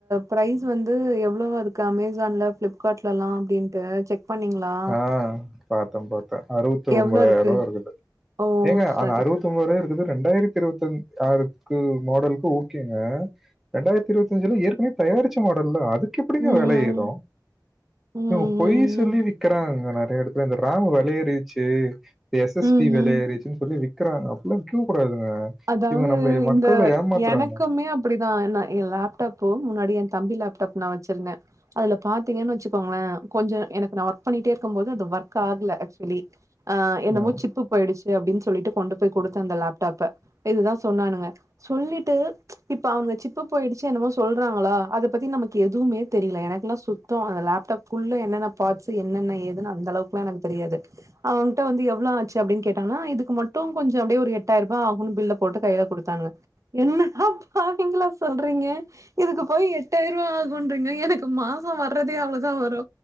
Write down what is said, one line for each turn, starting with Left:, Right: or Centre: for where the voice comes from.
Right: ப்ரைஸ் வந்து எவ்ளோவா இருக்கு அமேசான்ல ஃப்ளிப் கார்ட்லலா அப்டின்ட்டு பண்ணீங்களா
Centre: ஆ பாத்த பாத்தே அறு வத்தி ஒன்பதார
Right: எவ்வளோ இருக்கு
Centre: ரூபா இருக்குது
Right: ஓ
Centre: ஏங்க
Right: சரி
Centre: அந்த அறுபத்தி ஒன்பது ரூபாயிருக்குது ரெண்டாயிரத்தி இருபத் ஆறுக்கு மாடலுக்கு ஓகேங்க ரெண்டாயிரத்தி இருபத்திஞ்ல ஏற்கனவே தயாரிச்ச மாடல்தா அதுக் கிப்படின்ங்க
Right: ம் ம்
Centre: வெளையறு
Right: ம்
Centre: இவங்க பொய்
Right: ம்
Centre: சொல்லி
Right: ம்
Centre: விக் கிறாங்க நறைய எடத்துல இந்த ராமு வெளையேறிச்சு எஸ் எஸ்டி
Right: ம் ம்
Centre: வெளையேறிச்சுன்னு
Right: ம்
Centre: சொல்லி விக் கிறாங்க அப்பில்லா விக்க கூடாதுங்க
Right: அதாங்க
Centre: இவங்க நம்மள
Right: இந்த
Centre: மக்களை ஏமாத்துறாங்க
Right: எனக்குமே அப்பிடிதா நா எ லேப்டாப்பு முன்னாடி ஏ தம்பி லேப்டாப் நா வச்சிருந்தே அதுல பாத்தீங்கன்னு வச்சுக்கோங்களே கொஞ்சோ எனக்கு நா ஒர்க் பண்ணிட்டே இருக்கும் போது அது ஒர்க் ஆகல ஆக்சுவலி ஆ என்னமோ
Centre: ம்,
Right: சிப்பு போயிடுச்சு அப்படின்னு சொல்லிட்டு கொண்டு போய் கொடுத்தே அந்த லேப்டாப்ப இதுதா சொன்னானுங்க சொல்லிட்டு இப்ப அவங்க சிப்ப போயிடுச்சு என்னவோ சொல்றாங்களா அத பத்தி நமக்கு எதுவுமே தெரியல எனக்கெல்லா சு த்தம அந்த லேப்டாப்க்குள்ள என்னென்ன பா்ஸ்சு என்னென ஏதுன்னு அந்த அளவுக்குலா எனக்கு தெரியாது அவங்கிட்ட வந்து எவ்ளோவு ஆச்சு அப்டின்னு கேட்டங்கன்னா இதுக்கு மட்டு கொஞ்சோ அப்டியே எட்டாயிரூபா ஆகுணு பில்ல போட்டு கையில கொடுத்தானுங்க என்னடா பாவிங்ளா சொல்றீங்க இதுக்கு போய் எட்டாயிரூபா ஆகுன்றீங்க எனக்கு மாசோ வர்றதே அவ்ளோதா வரு